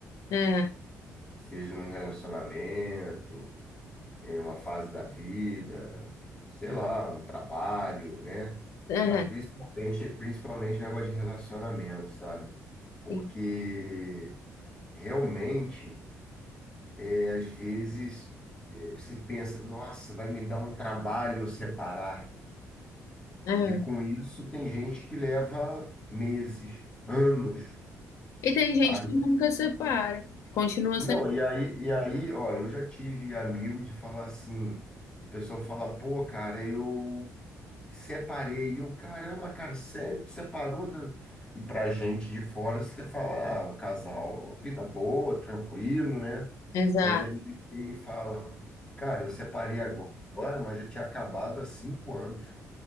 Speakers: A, on the left; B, on the left.
A: É,
B: Seja num relacionamento, em uma fase da vida, sei lá, um trabalho, né?
A: é,
B: Mas principalmente, principalmente negócio de relacionamento, sabe? Porque
A: sim,
B: realmente E às vezes eh, você pensa, nossa, vai me dar um trabalho separar.
A: é.
B: E com isso tem gente que leva meses, anos.
A: E tem gente
B: Aí-
A: que nunca separa, continua
B: não,
A: sendo.
B: e aí, e aí, ó, eu já tive amigo de falar assim, a pessoa fala, pô, cara, eu Separei. E eu, caramba, cara, sério que separou? da- E pra gente de fora, você fala, ah, um casal, vida boa, tranquilo, né?
A: Exato,
B: Mas aí ele fala, cara, eu separei agora, mas já tinha acabado há cinco anos.